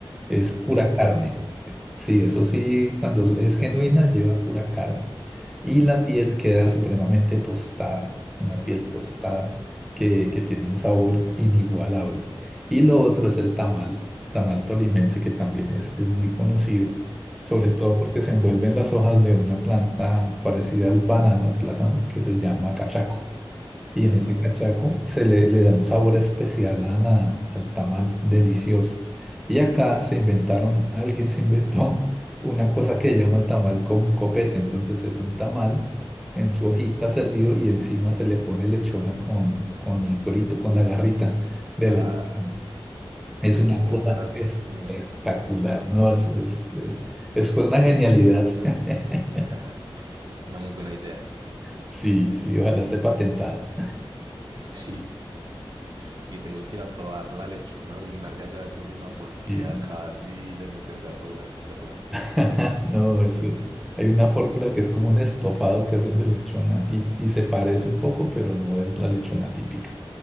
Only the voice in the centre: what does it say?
Es
pura
carne.
Sí, eso sí, cuando es genuina lleva pura carne y
la piel queda supremamente tostada, una piel
tostada que, que tiene un sabor inigualable. Y lo otro es el tamal, tamal tolimense que también es, es muy conocido, sobre
todo porque se envuelven las hojas de una planta parecida al banano, al plátano, que se llama cachaco. Y
en ese cachaco se le, le da un sabor especial a la- al tamal delicioso. Y acá se inventaron, alguien se inventó <laughs> una cosa que llama tamal con copete. Entonces es un tamal en
su
hojita servido y encima se le pone lechona con, con el cuerito, con la garrita de
la lechona. Es
una
cosa
espectacular,
¿no? Eso es, eh, eso fue una genialidad. <laughs>
Sí, sí, ojalá esté patentado.
<laughs> Sí.
<laughs> No, ese- hay una fórmula que es como un estofado que hacen de lechona y, y se parece un poco, pero no es la lechona típica.